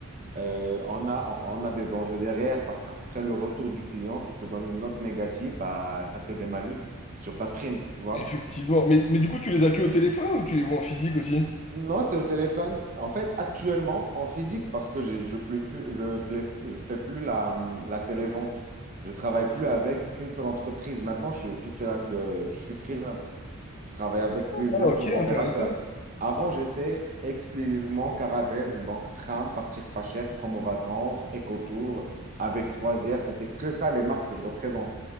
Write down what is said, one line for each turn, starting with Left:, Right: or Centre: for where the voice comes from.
Right: Euh, on a, on a des enjeux derrière parce qu'après le retour du client, s'il te donne une note négative, bah, ça fait des malus sur ta prime, tu vois.
Left: Effectivement. Mais, mais du coup, tu les as que au téléphone ou tu les vois en physique aussi?
Right: Non, c'est au téléphone. En fait, actuellement, en physique, parce que j'ai- je ne je plais- je fais plus la, la télévente. Je travaille plus avec qu'une seule entreprise. Maintenant, je, je fais la- de- je suis freelance. Je travaille avec plusieurs
Left: Ah, ok,
Right: tour opérateurs.
Left: intéressant.
Right: Avant, j'étais exclusivement Caravelle, donc Fram, Partir Pas Cher, Promo Vacances, Ecotour, avec Croisière. C'était que ça les marques que je représente.